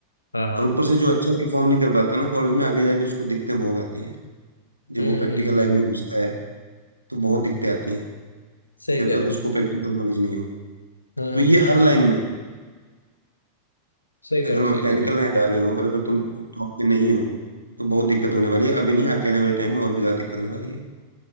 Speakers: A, on the left; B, on the right.
A: हाँ हाँ
B: और ऊपर से जो अच्छा परफॉर्म नहीं कर पाता ना कॉलेज में आगे जाके उसको दिक्कतें बहुत आती हैं जब
A: हम्म
B: वो प्रैक्टिकल
A: हम्म
B: लाइफ
A: हम्म
B: में घुसता है तो बहुत दिक्कतें आती हैं
A: सही
B: जब
A: कह
B: तक
A: रहे
B: उसको
A: हो
B: प्रैक्टिकल नॉलेज नहीं हो
A: हम्म
B: तो ये
A: हम्म
B: हर लाइन में है।
A: सही कह
B: अगर
A: रहे हो
B: मैकेनिकल
A: सही कह रहे हो
B: लाइन जा रहे हो और अगर तुम टॉप पे नहीं हो तो बहुत दिक्कत होने वाली है अभी नहीं आगे आने वाले टाइम में और भी ज्यादा दिक्कत होने वाली है